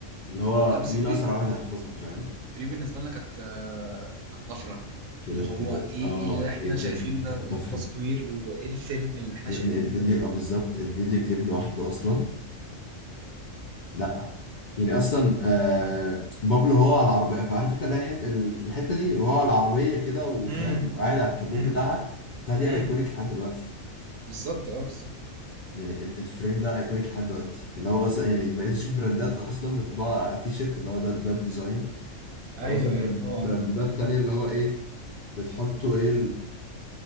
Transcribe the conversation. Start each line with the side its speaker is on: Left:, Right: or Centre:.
Left: اللي هو
Right: لا بس
Left: مين
Right: فري
Left: اسرع واحد هيحفظها فاهم
Right: فري بالنسبة لنا كانت آه، كانت طفرة
Left: كده
Right: اللي
Left: كده
Right: هو ايه
Left: اه
Right: ايه اللي
Left: ايه
Right: احنا
Left: بجد
Right: شايفينه
Left: دي
Right: ده
Left: كانت
Right: وايه
Left: طفره
Right: التصوير وايه الفيلم اللي احنا
Left: يا
Right: شايفينه
Left: ابني الفيديو
Right: ده
Left: اه بالظبط الفيديو كليب لوحده اصلا لا يعني اصلا آه بابلو هو على العربيه فعارف انت اللي هي الحته الحته دي هو على العربيه كده وفاهم
Right: امم
Left: وقاعد على الكبوت
Right: امم
Left: بتاعها بتاع دي
Right: امم
Left: ايكونيك لحد دلوقتي
Right: بالظبط اه بالظبط
Left: يعني ال- الفريم ده ايكونيك لحد دلوقتي اللي هو بس يعني بقيت اشوف براندات اصلا بتطبع على تي شيرت اللي هو ده ده الديزاين
Right: ايوه
Left: او مثلا
Right: ايوه
Left: برا-
Right: هو
Left: براندات تانية اللي هو ايه بتحطوا ايه